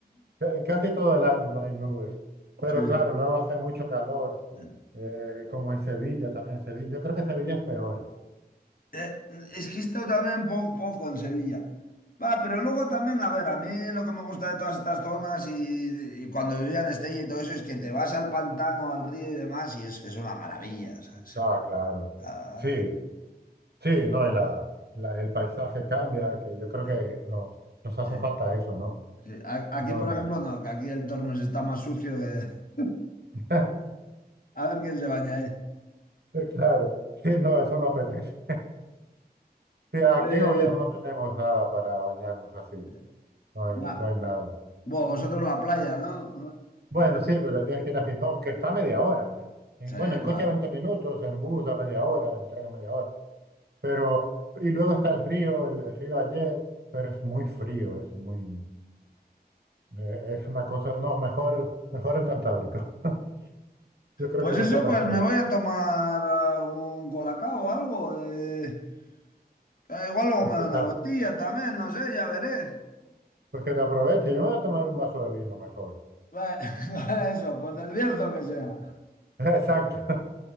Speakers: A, on the right; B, on the left.
A: ca- en casi todo el año no hay nubes. Pero
B: <laughs> Sí.
A: claro, luego hace mucho calor,
B: Eh.
A: eh, como en Sevilla, también en Sevilla. Yo creo que Sevilla es peor.
B: Eh, Es que esto también po- poco en Sevilla. Va, pero luego también, a ver, a mí lo que me gusta de todas estas zonas y, y cuando vivía en Estella y todo eso es que te vas al pantano, al río y demás y es, es una maravilla, ¿sabes?
A: Ah, claro.
B: Ah,
A: Sí, sí, no, y la, la- el paisaje cambia, que yo creo
B: sí,
A: que nos, nos hace
B: sí,
A: falta eso, ¿no?
B: sí. A- Aquí,
A: No.
B: por ejemplo, no, que aquí el Tormes está más sucio que... <laughs>
A: <laughs> no.
B: A ver quién se baña ahí.
A: <laughs> Eh, Claro, sí, no, eso no apetece. Sí, aquí
B: Eh,
A: en Oviedo no tenemos nada para bañarnos así,
B: sí,
A: no hay,
B: ya.
A: no hay nada.
B: Bueno, vosotros la playa, ¿no?
A: Bueno, sí, pero tienes que ir a Gijón, que está a media hora. ¿eh? En-
B: Sí,
A: bueno, en coche
B: va.
A: a 20 minutos, en bus a media hora, en tren a media hora. Pero, y luego está el río, el, el río Ayer, pero es muy frío, es muy, eh, es una cosa, no, mejor, mejor el Cantábrico. <laughs> Yo creo
B: Pues
A: que no
B: eso,
A: está tan
B: pues
A: frío.
B: me voy a tomar algún colacao o algo. eh, Ah, Igual luego
A: Pues
B: me da
A: que
B: una
A: te,
B: vueltilla también, no sé, ya veré.
A: pues que te aproveche, yo me voy a tomar un vaso de vino mejor.
B: Va- <laughs> va Eso, pues del Bierzo que sea.
A: <laughs> Exacto,